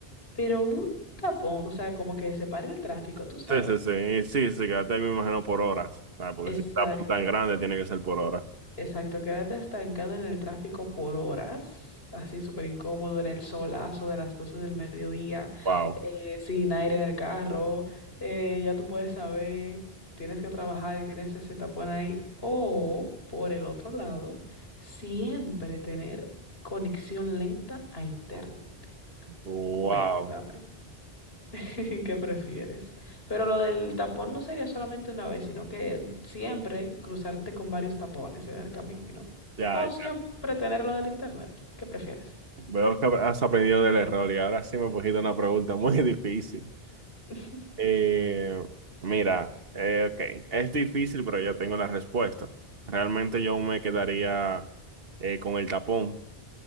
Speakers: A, on the left; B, on the right.
A: Pero un tapón, o sea, como que separa el tráfico, tú sabes.
B: Sí, sí, sí, y sí, sí, quédate ahí me imagino por horas, ¿sabes? Porque
A: Exacto.
B: si está tan grande tiene que ser por horas.
A: Exacto, quédate estancado en el tráfico por horas, así súper incómodo, en el solazo de las 12 del mediodía,
B: Wow,
A: eh, sin aire en el carro, eh, ya tú puedes saber, tienes que trabajar y tienes ese tapón ahí. O, por el otro lado, siempre tener conexión lenta a internet.
B: wow,
A: Cuéntame. <laughs> ¿Qué prefieres? Pero lo del tapón no sería solamente una vez, sino que siempre cruzarte con varios tapones en el camino.
B: ya,
A: O
B: ya.
A: siempre tener lo del internet. ¿Qué prefieres?
B: Veo que has aprendido del error y ahora sí me pusiste una pregunta muy <laughs> difícil.
A: <laughs>
B: Eh, mira, eh, ok, es difícil, pero ya tengo la respuesta. Realmente yo me quedaría eh, con el tapón.